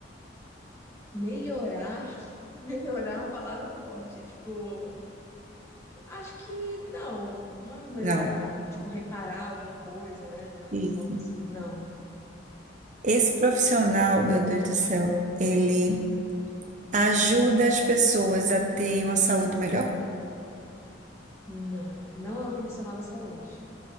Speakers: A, on the left; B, on the right.
A: Melhorar, <laughs> melhorar é uma palavra forte. Tipo, acho que não, não é melhorar.
B: Não.
A: Tipo, reparar alguma coisa, né? De alguma
B: Isso.
A: forma assim. Não,
B: Esse profissional, meu Deus do céu, ele ajuda as pessoas a ter uma saúde melhor?
A: não. Não é um profissional da saúde.